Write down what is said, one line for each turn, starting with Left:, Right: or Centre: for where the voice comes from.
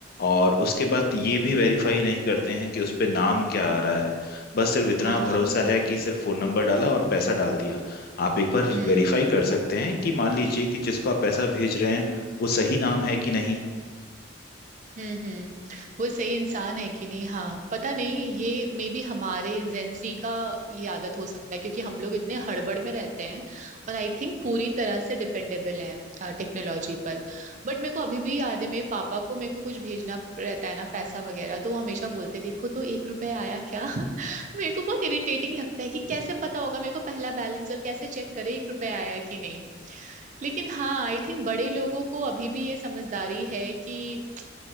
Left: और उसके बाद ये भी वेरीफाई नहीं करते हैं कि उस पे नाम क्या आ रहा है बस सिर्फ इतना
Right: हाँ हाँ
Left: भरोसा है कि सिर्फ फोन नंबर डाला और पैसा डाल दिया आप एक बार
Right: हम्म
Left: वेरीफाई कर सकते हैं कि मान लीजिए कि जिसको आप पैसा भेज रहे हैं वो सही नाम है कि नहीं
Right: हम्म हम्म वो सही इंसान है कि नहीं हाँ पता नहीं ये मे बी हमारे जेंसी का ये आदत हो सकता है क्योंकि हम लोग इतने हड़बड़ में रहते हैं और आई थिंक पूरी तरह से डिपेंडेबल हैं टेक्नोलॉजी पर बट मेरे को अभी भी याद है मेरे पापा को मेरे को कुछ भेजना रहता है ना पैसा वगैरह तो वो हमेशा बोलते देखो तो एक रुपया आया क्या <laughs> मेरे को बहुत इरिटेटिंग लगता है कि कैसे पता होगा मेरे को पहला बैलेंस और कैसे चेक करे एक रुपया आया कि नहीं लेकिन हाँ आई थिंक बड़े लोगों को अभी भी ये समझदारी है कि